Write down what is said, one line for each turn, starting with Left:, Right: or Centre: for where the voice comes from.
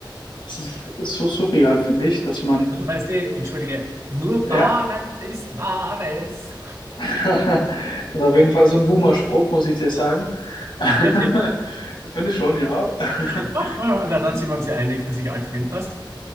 Left: das ist so surreal, finde ich, dass man
Right: Du weißt eh, entschuldige, nur Bares
Left: ja
Right: ist Wahres.
Left: <laughs> Das ist auf jeden Fall so ein Boomer-Spruch, muss ich dir sagen. <laughs>
Right: Ach, wirklich?
Left: Finde ich schon, ja. <laughs>
Right: <laughs> Ach, ah, na, dann sind wir uns ja einig, dass ich alt bin, passt.